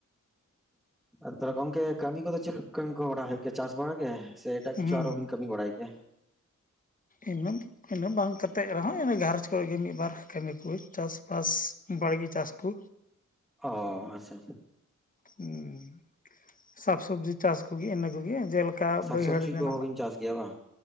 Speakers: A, in the centre; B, on the left.
A: ᱟᱨ ᱛᱟᱦᱮᱞᱮ ᱜᱚᱝᱠᱮ ᱠᱟᱹᱢᱤ ᱠᱚ ᱫᱚ ᱪᱮᱫ ᱠᱟᱹᱢᱤ ᱠᱚ ᱵᱟᱲᱟ ᱦᱳᱭᱳᱜ ᱜᱮᱭᱟ ᱪᱟᱥ ᱵᱟᱲᱟ ᱜᱮ ᱥᱮ ᱮᱴᱟᱜ
B: ᱦᱩᱸ
A: ᱠᱤᱪᱷᱩ ᱟᱨᱚ ᱵᱤᱱ ᱠᱟᱹᱢᱤ ᱵᱟᱲᱟᱭ ᱜᱮᱭᱟ᱾
B: ᱤᱧ ᱢᱟᱹᱧ ᱤᱱᱟᱹ ᱵᱟᱝ ᱠᱟᱛᱮᱜ ᱨᱮ ᱦᱚᱸ ᱤᱱᱟᱹ ᱜᱷᱟᱨᱚᱸᱡᱽ ᱠᱚ ᱨᱮ ᱜᱮ ᱢᱤᱫ ᱵᱟᱨ ᱠᱟᱹᱢᱤ ᱠᱚ ᱪᱟᱥ ᱵᱟᱥ ᱵᱟᱲᱜᱮ ᱪᱟᱥ ᱠᱚ
A: ᱚᱻ ᱟᱪᱪᱷᱟ ᱟᱪᱪᱷᱟ
B: ᱦᱩᱸ ᱥᱟᱠᱼᱥᱚᱵᱽᱡᱤ ᱪᱟᱥ ᱠᱚ ᱜᱮ ᱤᱱᱟᱹ ᱠᱚ ᱜᱮ ᱡᱮᱞᱮ ᱠᱟ
A: ᱥᱟᱠ
B: ᱵᱟᱹᱭᱦᱟᱹᱲ
A: ᱥᱚᱵᱽᱡᱤ
B: ᱨᱮᱱᱟᱜ
A: ᱠᱚᱦᱚᱸ ᱵᱤᱱ ᱪᱟᱥ ᱜᱮᱭᱟ ᱵᱟᱝ?